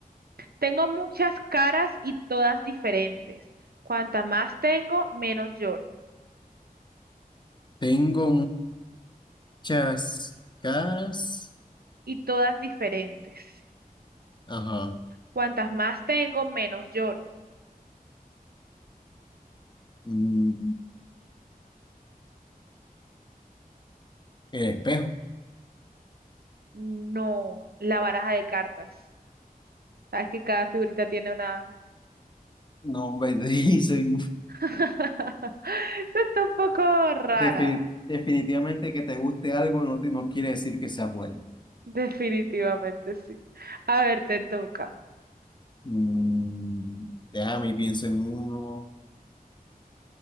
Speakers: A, on the right (about 85°); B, on the left (about 30°).
A: tengo muchas caras y todas diferentes. Cuanta más tengo, menos lloro.
B: Tengo muchas caras.
A: Y todas diferentes.
B: Ajá.
A: Cuantas más tengo, menos lloro.
B: Mm, el espejo.
A: No, la baraja de cartas. Sabes que cada figurita tiene una...
B: No, me <laughs> dice.
A: <laughs> Esto está un poco rara.
B: defi definitivamente que te guste algo no, te- no quiere decir que sea bueno.
A: Definitivamente sí. A ver, te toca.
B: Mm, déjame y pienso en uno.